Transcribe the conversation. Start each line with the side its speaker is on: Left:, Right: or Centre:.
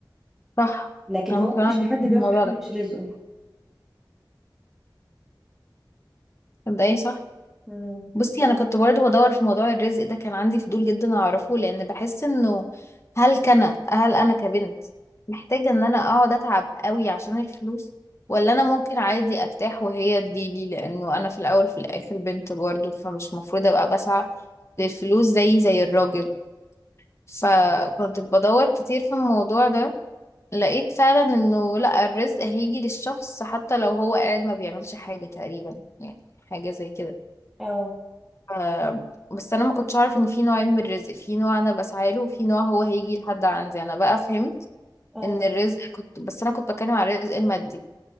Left: صح
Centre: لكن
Left: انا
Centre: هو
Left: مقتنعة
Centre: مفيش
Left: جدا
Centre: حد
Left: بالموضوع
Centre: بياخد حاجة
Left: ده
Centre: مش رزقه
Left: مبدئيا صح
Centre: مم.
Left: بصي انا كنت برضو بدور في موضوع الرزق ده كان عندي فضول جدا اعرفه لان بحس انه هل كان هل انا كبنت محتاجة ان انا اقعد اتعب قوي عشان الفلوس ولا انا ممكن عادي ارتاح وهي تجيلي لانه انا في الاول في الاخر بنت برضو فمش مفروض ابقى بسعى للفلوس زي زي الراجل فكنت بدور كتير في الموضوع ده لقيت فعلا انه لا الرزق هيجي للشخص حتى لو هو قاعد ما بيعملش حاجة تقريبا يعني حاجة زي كده
Centre: اه
Left: آه، بس انا ما كنتش اعرف ان في نوعين من الرزق في نوع انا بسعى له وفي نوع هو هيجي لحد عندي انا بقى فهمت
Centre: اه
Left: ان الرزق كنت بس انا كنت بتكلم على الرزق المادي